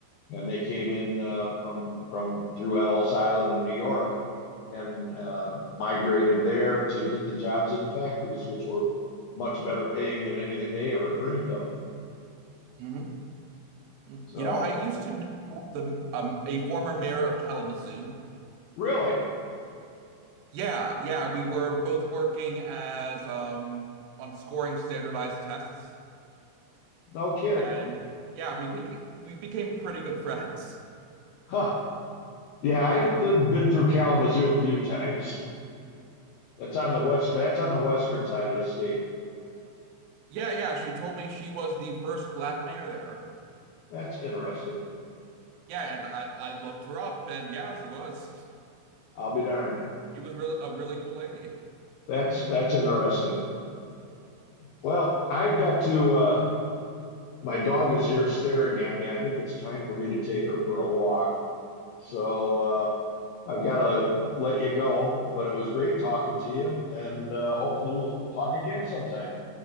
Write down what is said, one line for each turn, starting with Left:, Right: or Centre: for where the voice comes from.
Left: and they came in uh, from from through Ellis Island in New York and uh, migrated there to get the jobs in factories, which were much better paying than anything they ever dreamed of.
Right: mhm. Mm.
Left: So,
Right: You know, I used to know the um, a former mayor of Kalamazoo.
Left: really,
Right: Yeah, yeah, we were both working as um on scoring standardized tests,
Left: no kidding.
Right: and yeah, we became we became pretty good friends.
Left: Huh. Yeah, I've
Right: Uh,
Left: been through Kalamazoo a few times. That's on the west. That's on the western side of the state.
Right: yeah, yeah, she told me she was the first black mayor there.
Left: That's interesting.
Right: Yeah, and I, I looked her up, and yeah, she was.
Left: I'll be darned.
Right: She was really a really cool lady.
Left: That's that's interesting. Well, I've got to. Uh, my dog is here staring at me. I think it's time for me to take her for a walk. So uh, I've got to let you go, but it was great talking to you. And uh, hopefully we'll talk again sometime.